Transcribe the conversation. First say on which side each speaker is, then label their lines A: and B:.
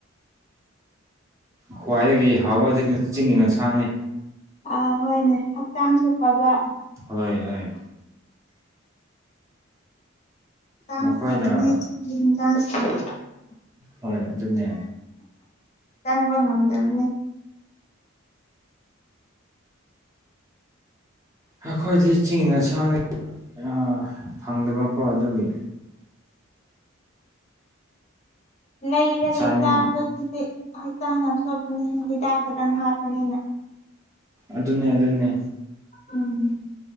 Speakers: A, on the right; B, on the left.
A: ꯈ꯭ꯋꯥꯏꯗꯒꯤ ꯍꯥꯎꯕ ꯆꯤꯡꯒꯤ ꯌꯦꯟꯁꯥꯡꯅꯤ
B: ꯑ ꯍꯣꯏꯅꯦ ꯍꯛꯆꯥꯡꯁꯨ ꯐꯕ
A: ꯍꯣꯏ ꯍꯣꯏ
B: <unintelligible>
A: ꯃꯈꯣꯏꯅ ꯍꯣꯏ ꯑꯗꯨꯅꯦ
B: ꯆꯪꯕ ꯉꯝꯗꯕꯅꯤ
A: ꯑꯩꯈꯣꯏꯗꯤ ꯆꯤꯡꯒꯤ ꯑꯟꯁꯥꯡꯅꯤ ꯑ ꯐꯪꯗꯕꯀꯣ ꯑꯗꯨꯒꯤ
B: ꯂꯩꯔꯒ
A: ꯆꯥꯅꯤꯡ
B: ꯆꯥꯕꯒꯤꯗꯤ ꯍꯛꯆꯥꯡ ꯌꯥꯝ ꯁꯦꯛ ꯍꯤꯗꯥꯛ ꯈꯇꯪ ꯍꯥꯞꯄꯅꯤꯅ
A: ꯑꯗꯨ ꯑꯗꯨꯟꯅꯦ ꯑꯗꯨ ꯑꯗꯨꯟꯅꯦ
B: ꯎꯝ